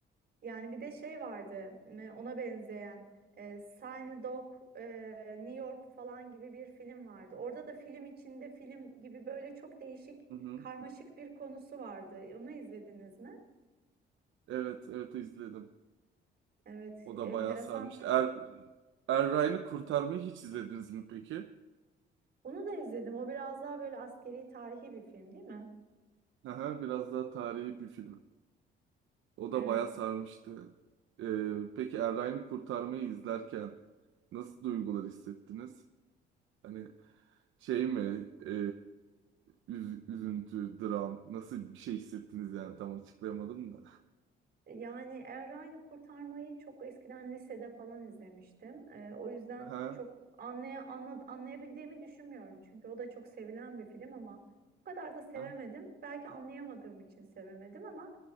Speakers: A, on the right (about 50°); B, on the right (about 80°).
A: Yani bir de şey vardı m- ona benzeyen e, Sign Dog e, New York falan gibi bir film vardı. Orada da film içinde film gibi böyle çok değişik
B: Hı hı.
A: karmaşık bir konusu vardı. Onu izlediniz mi?
B: Evet, evet izledim.
A: Evet,
B: O da
A: enteresan.
B: bayağı sarmıştı. Er, Erray'ını Kurtarmayı hiç izlediniz mi peki?
A: Onu da izledim. O biraz daha böyle askeri tarihi bir film değil mi?
B: Aha, biraz daha tarihi bir film. O da
A: Evet.
B: bayağı sarmıştı. Ee, peki Erray'ını Kurtarmayı izlerken nasıl duygular hissettiniz? Hani şey mi? Ee, üz- üzüntü, dram. Nasıl bir şey hissettiniz yani tam açıklayamadım da.
A: Yani Errani Kurtarmayı çok eskiden lisede falan izlemiştim. Ee, o yüzden
B: Aha,
A: çok anlaya, anla, anlayabildiğimi düşünmüyorum. Çünkü o da çok sevilen bir film ama o kadar da sevemedim.
B: aha.
A: Belki anlayamadığım için sevemedim ama